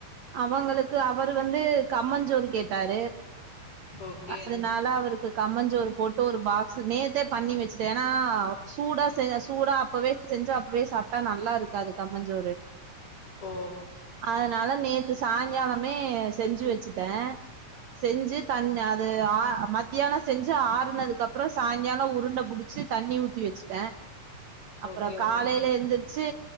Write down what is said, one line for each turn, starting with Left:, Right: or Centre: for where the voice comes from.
Right: அவங்களுக்கு அவரு வந்து கம்மஞ் ஜோரு கேட்டாரு
Left: ஓகே
Right: அதுனால் ல அவுருக்கு கம்மஞ்சோரு போட்டு ஒரு பாக் சோ நேத்தே பண்ணி வெச்சட்டே எனா சூடா செ சூடா அப்பவே செஞ்சு அப்பவே சாப் டா நல்லாருக்காது கம்மஞ்சோரு
Left: ஓ
Right: அதனால நேத்து சாய்ங்காலமே செஞ்சு வெச்சுட்டே செஞ்சு தன் அது ஆ மத்தியானோ செஞ்சு ஆறுனதுக்கப் றோ சாய்ங்காலோ உருண்ட புடிச்சு தண்ணி ஊத்தி வெச்சுட்டே அப்புறோ
Left: ஓகே ஓகே
Right: காலைல எந்திரு ச்சு